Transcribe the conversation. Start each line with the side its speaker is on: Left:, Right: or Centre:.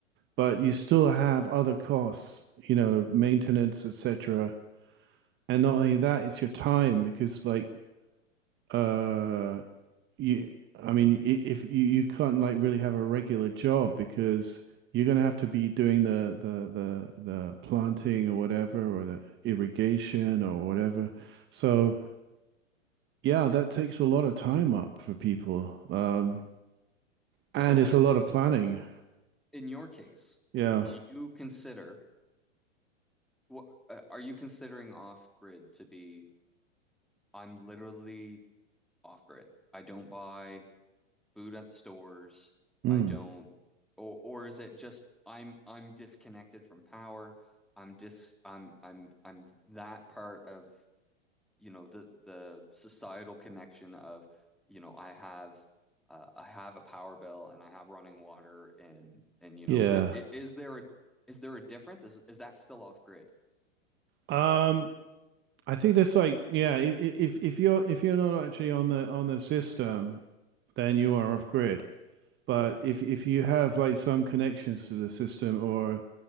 Right: but you still have other costs, you know, maintenance, etc. And not only that, it's your time because like uh you I mean i- if you, you can't like really have a regular job because you're gonna have to be doing the the the the planting or whatever or the irrigation or whatever. So yeah, that takes a lot of time up for people. Um and
Centre: so
Right: it's
Centre: in
Right: a lot
Centre: in,
Right: of planning.
Centre: in your case,
Right: Yeah.
Centre: do you consider what are you considering off grid to be I'm literally off grid. I don't buy food at the stores.
Right: Mm.
Centre: I don't or or is it just I'm I'm disconnected from power. I'm dis I'm I'm I'm that part of you know the the societal connection of you know I have uh, I have a power bill and I have running water and and you know
Right: Yeah.
Centre: i i- is there a is there a difference is is that still off grid
Right: Um I think that's like yeah, i- i- if if you're if you're not actually on the on the system, then you are off grid. But if if you have like some connections to the system, or